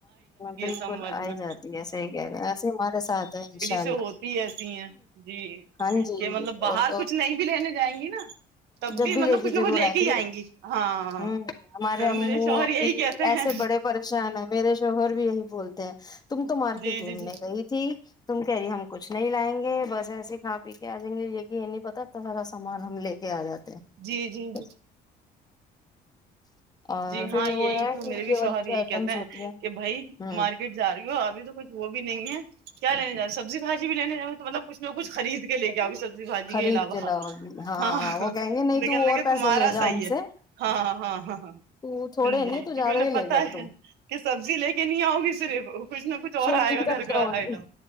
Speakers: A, on the left; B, on the right.
A: بالکل
B: سمجھ
A: ا
B: میں
A: جاتی ہے صحیح کہہ رہا ہے ایسے ہمارے ساتھ ہے انشاءاللہ
B: سے ہوتی ایسی ہیں جی
A: ہاں جی
B: کہ مطلب باہر
A: اور تو
B: کچھ نہیں بھی لینے جائیں گے نا تب
A: جب بھی
B: مطلب
A: لے
B: کچھ
A: کے جضرور
B: نہ کچھ لے
A: آئیں
B: ہی
A: گے ہو
B: گی ہاں
A: ہ ہمارے امو
B: میرے شوہر
A: ابھی
B: یہی کہتے
A: ایسے
B: ہیں
A: بڑے پریشان ہیں میرے شوہر بھی بھی یہی بولتے ہیں تم تو مارکیٹ
B: جی
A: گھومنے
B: جی جی
A: گئی تھی تم کہہ رہی ہم کچھ نہیں لائیں گے بس ایسے کھا پی کے آ جیں گے یہ کہ یہ نہیں پتا اتنا سارا سامان ہم لے کیا آ جاتے ہیں
B: جی جی
A: <unintelligible>
B: جی جی ہاں
A: پھر
B: یہی
A: وہ ہے
B: تو
A: کہ
B: میرے بھی
A: یہ
B: شوہر
A: والی
B: یہی
A: جو آئٹمس
B: کہتے
A: ہوتی
B: ہیں کہ بھائی
A: ہوں
B: مارکیٹ جا رہی ہو ابھی تو کچھ وہ بھی نہیں ہے کیا لینے جا سبزی بھجی بھی لینے جاؤ تو مطلب کچھ نہ کچھ خرید لےاؤ بھی سبز بھجی
A: خرید
B: کے علاوہ
A: لاؤ گی ہاں
B: ہاںاں
A: ہاں وہ
B: تو
A: کہیں گے نہیں
B: کہنے لگے
A: اور پیسے
B: تمہارا
A: لے جا
B: صحیح
A: ہم
B: ہے
A: سے
B: ہاں ہاں ہاں ہاں ہاں
A: تو تھوڑے
B: ہ جی
A: نہیں
B: کیونکہ
A: تو زیادہ
B: انہیں
A: ہی
B: پتا
A: لے جاؤ
B: ہے
A: تم
B: کہ سبزی لے کے نہیں آؤگی صرف کچھ نہ کچھ اور
A: شاپنگ
B: آئے گا
A: کر
B: گھر
A: کے
B: کا
A: آؤ
B: آئٹم
A: گی